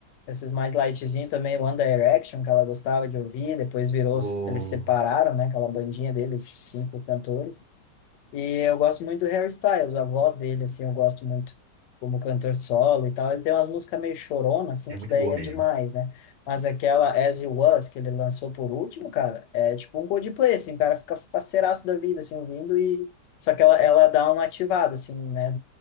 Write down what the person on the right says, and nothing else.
ô,
é
muito
boa
mesmo.